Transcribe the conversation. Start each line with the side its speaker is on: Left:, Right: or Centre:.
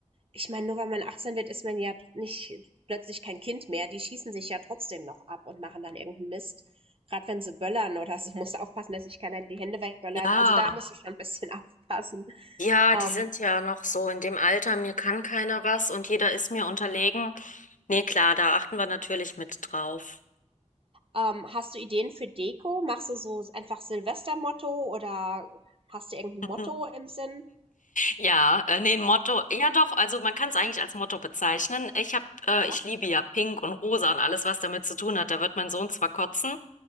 Right: ich meine, nur weil man 18 wird, ist man ja tr nicht plötzlich kein Kind mehr. Die schießen sich ja trotzdem noch ab und machen dann irgendeinen Mist. Gerade wenn sie böllern oder so, <laughs> musst du aufpassen, dass sich keiner die Hände wegböllert.
Left: Ja.
Right: Also, da musst du schon ein bisschen <laughs> aufpassen.
Left: Ja,
Right: Ähm,
Left: die sind ja noch so in dem Alter, mir kann keiner was und jeder ist mir unterlegen. Nee, klar, da achten wir natürlich mit drauf.
Right: Ähm, hast du Ideen für Deko? Machst du so einfach Silvestermotto oder hast du irgendein
Left: <laughs>
Right: Motto im Sinn?
Left: Ja, äh, nee, ein Motto, ja doch, also man kann es eigentlich als Motto bezeichnen. Ich hab, äh,
Right: Ja,
Left: ich liebe ja Pink und Rosa und alles, was damit zu tun hat. Da wird mein Sohn zwar kotzen,